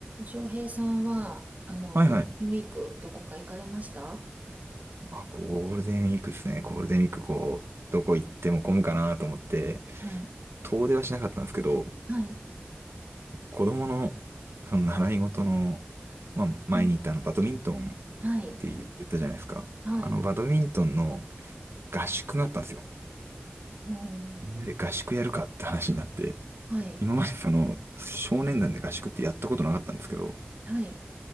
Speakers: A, on the right (about 40°); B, on the right (about 85°).
A: 翔平さんは、あの、
B: はいはい。
A: ゴールデンウィーク、どこか行かれました
B: あ、ゴールデンウィークですね。ゴールデンウィークこう、どこ行っても混むかなと思って、
A: はい。
B: 遠出はしなかったんですけど、
A: はい。
B: 子供の、その習い事の、まあ、前に行ったあの、
A: うん。
B: バドミントンっ
A: はい。
B: て言言ったじゃないですか。
A: はい。
B: あの、バドミントンの合宿があったんですよ。
A: うん。
B: みんなで合宿やるかって話になって、
A: はい。
B: 今までその、少年団で合宿ってやったことなかったんですけど、
A: はい。